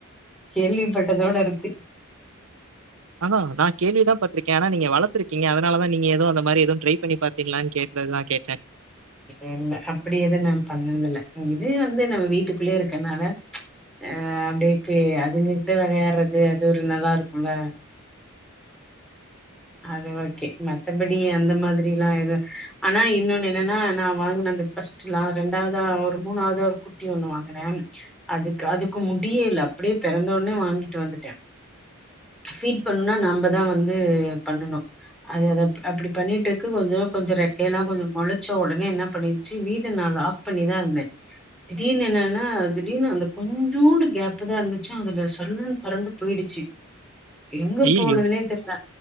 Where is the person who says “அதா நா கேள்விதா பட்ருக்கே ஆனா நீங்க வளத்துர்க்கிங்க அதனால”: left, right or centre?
Right